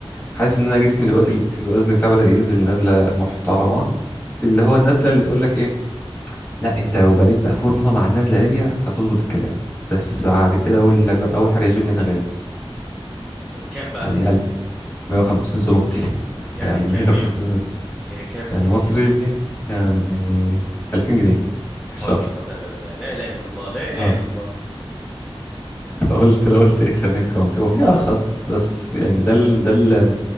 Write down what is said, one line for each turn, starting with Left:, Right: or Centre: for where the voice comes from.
Left: حاسس إن أنا جسمي دلوقتي ال- الوزن بتاعي بدأ ينزل نزلة محترمة اللي هو النزلة اللي تقولك إيه لا أنت لو بنيت بقى فورمة مع النزلة دي هتظبط الكلام بس بعد كده أقول لك بقى أول حاجة الجيم هنا غالي
Centre: طب كام بقى
Left: يعني ألف 150 زلوتي <laughs>
Centre: يعني
Left: يعني
Centre: كام
Left: 150
Centre: ميو
Left: زلوتي.
Centre: يعني كام
Left: يعني
Centre: جنيه
Left: مصري يعني 2000 جنيه
Centre: لا حول
Left: في الشهر
Centre: ولا قوة الا بالله لا اله الا الله لا اله
Left: اه
Centre: الا الله
Left: فقلت لو قلت ايه خليني بكرامتي هو في ارخص بس يعني ده ال ده ال